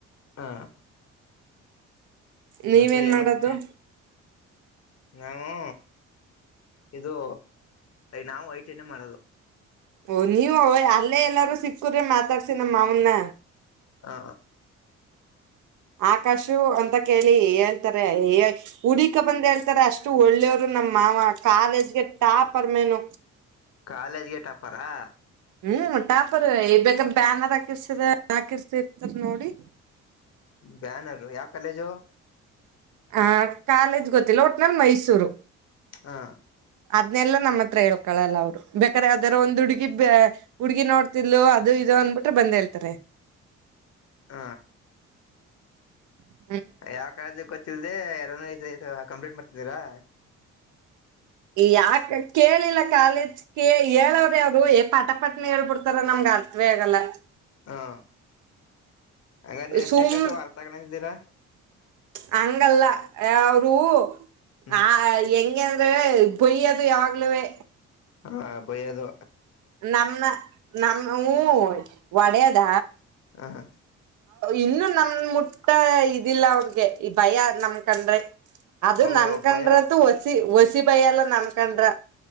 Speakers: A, on the left; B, on the right.
A: ಹಾ
B: ನೀವೇನ್
A: ಮತ್ತೆ ಏನ
B: ಮಾಡೋದು
A: ಮಾಡ್ತ ನವು ಇದು ನಾವು ಯೋಚನೆ ಮಾಡದು
B: ಫೋನ್ ನೀವು ಅವ ಅಲ್ಲೇ ಎಲ್ಲಾರೂ ಸಿಕ್ಕ್ರೆ ಮಾತಾಡ್ಸ ನಮ್ಮ ಮಾವನ್ನ.
A: ಹ
B: ಆಕಾಶು ಅಂತ ಕೇಳಿ ಹೇಳ್ತಾರೆ ಹುಡಿಕ ಬಂದ ಹೇಳ್ತಾರೆ ಅಷ್ಟು ಒಳ್ಳೆಯವರು ನಮ್ಮ್ ಮಾವ ಕಾಲೇಜ್ಗೆ ಟಾಪರ್ ಮ್ಯಾನ್
A: ಕಾಲೇಜ್ಗೆ ಟಾಪರಾ
B: ಹ್ಮ್ ಟಾಪರ್ ಬೇಕ ಬ್ಯಾನರ್ ಹಾಕಿರ್ಸಿದ ಹಾಕಿಸಿರಾತಿರ್ ನೋಡಿ
A: ಬ್ಯಾನರು ಯಾವ ಕಾಲೇಜು
B: ಆ ಕಾಲೇಜ್ ಗೊತ್ತಿಲ್ಲ ಒಟ್ಟ ನಂದ ಮೈಸೂರು
A: ಹಾ
B: ಅದ್ನೆಲ್ಲಾ ನಮ್ಮ ಹತ್ರ ಹೇಳ್ಕೊಳ್ಳಲ್ಲ ಅವ್ರು ಬೇಕಾರೆ ಯಾವದಾರೂ ಒಂದ್ ಹುಡುಗಿ ಹುಡ್ಗಿ ನೋಡ್ತಿದ್ಲು ಅದು ಇದ ಅಂದ್ಬಿಟ್ರೆ ಬಂದ್ ಹೇಳ್ತಾರೆ
A: ಹ
B: ಹ್ <inaudible>
A: ಯಾವ ಕಾಲೇಜ ಕೋಚ್ ಇಲದೆ ಎರನ ಐ ಕಂಪ್ಲೀಟ್ ಮಾಡ್ತಿದೀರಾ
B: ಯಾಕ ಕೇಳಿಲ್ಲ ಕಾಲೇಜ್ ಕ ಹೇಳೋರ ಅವ್ರು ಏ ಪಟ ಪಟ್ನ ಹೇಳ್ಬಿಡ್ತಾರ ನಮ್ ಅರ್ಥವೇ ಆಗಲ್ಲ
A: ಹಾ ಹಂಗರ ನೀವು ಎಷ್ಟನೇ
B: ಸುಮ್
A: ಕ್ಲಸ್ ಅರ್ಥ ಆಗಲ್ಲ ಅಂತಿದೀರಾ
B: ಹಂಗಲ್ಲ ಅವರು
A: ಹ್ಮ್
B: ಆ ಎಂಗ ಆದ್ರೆ ಬಯ್ಯ ಅದು ಯಾವಾಗಲೂವೆ
A: ಹಾ ಬೈಯೋದು
B: ನಮ್ಮನ್ ನಮ್ಮ ಹಊ ಹೊಡೆದ
A: ಹ ಹಾ
B: ಇನ್ನು ನಮ ಮುಟ್ಟ ಇದಿಲ್ಲ ಅವ್ರಿಗೆ ಈ ಭಯ ನಮ ಕಂಡ್ರೆ ಅದ
A: ಓ
B: ನನ್ಕಂಡ್ರಂತೂ
A: ಭಯ
B: ವಸಿ ವಸಿ ಭಯ ಎಲ್ಲ ನಮಕಂಡ್ರ